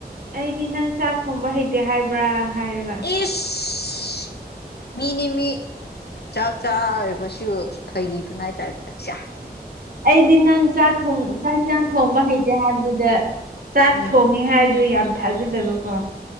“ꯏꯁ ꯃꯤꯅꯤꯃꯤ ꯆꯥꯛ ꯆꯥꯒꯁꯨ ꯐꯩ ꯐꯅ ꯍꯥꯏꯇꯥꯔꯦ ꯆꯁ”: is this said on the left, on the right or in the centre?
Left